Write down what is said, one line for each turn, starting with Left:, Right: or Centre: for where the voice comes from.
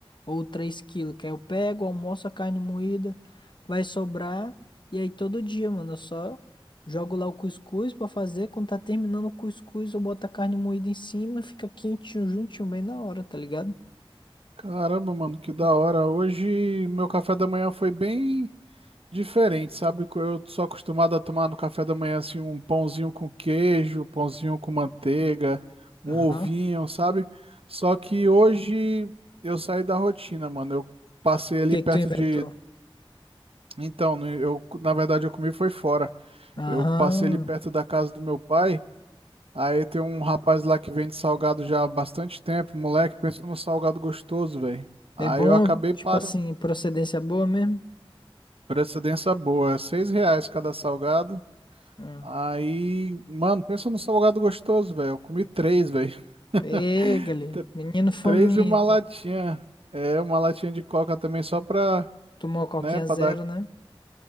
Left: ou 3 quilos. que aí eu pego, almoço a carne moída, vai sobrar e aí todo dia, mano, eu só jogo lá o cuscuz pra fazer, quando tá terminando o cuscuz, eu boto a carne moída em cima, fica quentinho, juntinho, bem na hora, tá ligado?
Right: Caramba, mano, que da hora. Hoje meu café da manhã foi bem diferente, sabe? Co- Eu sou acostumado a tomar no café da manhã assim um pãozinho com queijo, pãozinho com manteiga, um
Left: Aham.
Right: ovinho,
Left: O
Right: sabe? Só que hoje eu saí da rotina, mano. Eu passei ali
Left: que
Right: perto
Left: que tu inventou?
Right: de Então, no- eu, na verdade, eu comi foi fora.
Left: Aham.
Right: Eu passei ali perto da casa do meu pai. Aí tem um rapaz lá que vende salgado já há bastante tempo. Moleque, pensou num salgado gostoso, velho. Aí
Left: É bom,
Right: eu acabei
Left: tipo
Right: para
Left: assim, procedência boa mesmo?
Right: precedência boa. É Seis reais cada salgado.
Left: Ah.
Right: Aí, mano, pensa num salgado gostoso, velho. Eu comi três, velho. <laughs>
Left: Pega ali,
Right: Tr-
Left: menino fomento.
Right: Três e uma latinha. É, uma latinha de coca também só pra,
Left: Tomou a coquinha
Right: né, pra
Left: zero,
Right: dar.
Left: né?